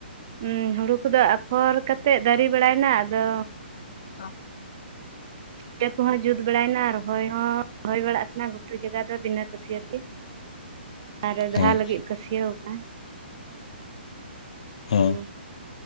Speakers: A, on the right; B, on the left.
A: ᱦᱩ ᱦᱩᱲᱩ ᱠᱚᱫᱚ ᱟᱯᱷᱚᱨ ᱠᱟᱛᱮᱜ ᱫᱟᱨᱮ ᱵᱟᱲᱟᱭᱱᱟ ᱟᱫᱚ
B: ᱚ
A: ᱠᱷᱮᱛ ᱠᱚᱦᱚ ᱡᱩᱛ ᱵᱟᱲᱟᱭᱱᱟ ᱨᱚᱦᱚᱭ ᱦᱚ ᱨᱚᱦᱚᱭ ᱵᱟᱲᱟᱜ ᱠᱟᱱᱟ ᱜᱷᱩᱴᱩ ᱡᱟᱭᱜᱟ ᱫᱚ ᱵᱤᱱᱟᱹ ᱠᱟᱹᱥᱤᱭᱟᱛᱮ ᱟᱨ ᱫᱟᱦᱟ
B: ᱦᱮᱸ
A: ᱞᱟᱹᱜᱤᱫ ᱠᱟᱹᱥᱤᱭᱟᱹᱣ ᱠᱟ
B: ᱦᱮᱸ
A: ᱦᱩ᱾